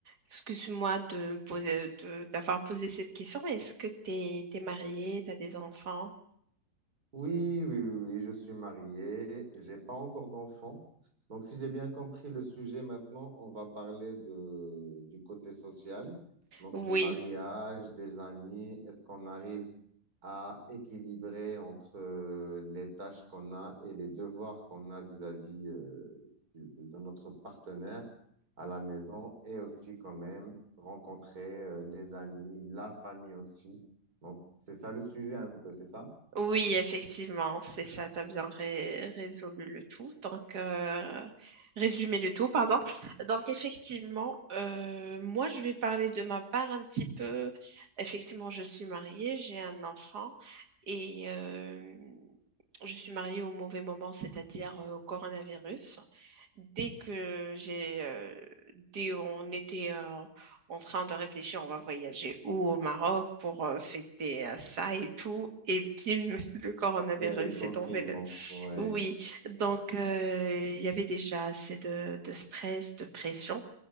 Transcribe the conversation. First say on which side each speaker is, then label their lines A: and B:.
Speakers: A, on the right; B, on the right.
A: Excuse-moi de poser, de- d'avoir posé cette question, mais est-ce que t'es, t'es mariée, t'as des enfants?
B: Oui, oui, oui, oui, je suis marié, j'ai pas encore d'enfant. Donc, si j'ai bien compris le sujet maintenant, on va parler de, du côté social, donc
A: Oui.
B: du mariage, des amis. Est-ce qu'on arrive à équilibrer entre euh, les tâches qu'on a et les devoirs qu'on a vis-à-vis euh, du- de, de notre partenaire à la maison et aussi quand même rencontrer euh, les amis, la famille aussi. Donc, c'est ça le sujet un peu, c'est ça?
A: Oui, effectivement, c'est ça, tu as bien ré- résolu le tout. Donc, euh, résumé le tout, pardon. Donc, effectivement, euh, moi, je vais parler de ma part un petit peu. Effectivement, je suis mariée, j'ai un enfant et euh, je suis mariée au mauvais moment, c'est-à-dire euh, au coronavirus. Dès que j'ai, euh, dès on était, euh, en train de réfléchir, on va voyager où au Maroc pour euh, fêter euh, ça et tout. Et bim, <laughs> le coronavirus
B: Il y a le confinement,
A: est tombé. le-
B: ouais.
A: Oui, oui. donc euh, il y avait déjà assez de, de stress, de pression.